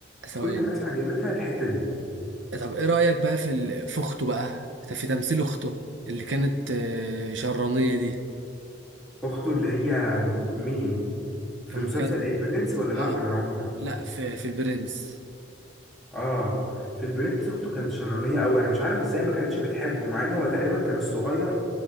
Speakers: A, on the right (about 80°); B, in the centre.
A: ثواني
B: كل الناس عجبتها الحتة دي
A: طب ايه رأيك بقى في ال- في اخته بقى في تمثيل اخته اللي كانت آه، شرانية دي
B: أخته اللي هي مين مين؟ في
A: هم
B: مسلسل
A: كان
B: ايه البرنس ولا جعفر
A: اه
B: العمدة
A: لا في في البرنس
B: اه في البرنس اخته كانت شرانيه قوي انا مش عارف ازاي ما كانتش بتحبه مع ان هو تقريبا كان الصغير